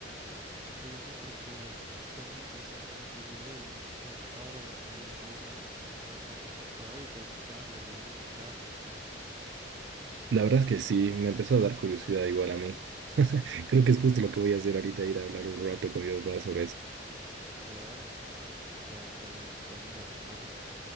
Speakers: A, on the right; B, on the right.
A: Oye, yo creo que está muy interesante ese apellido y hijo, ahora deberías ir a hablar con tu papá y preguntarle o investigar, no sé.
B: La verdad es que sí, me empezó a dar curiosidad igual a mí. <laughs> Creo que es justo lo que voy a hacer ahorita, ir a hablar un rato con mi papá sobre eso.
A: Claro, te, te, te animo a hacerlo.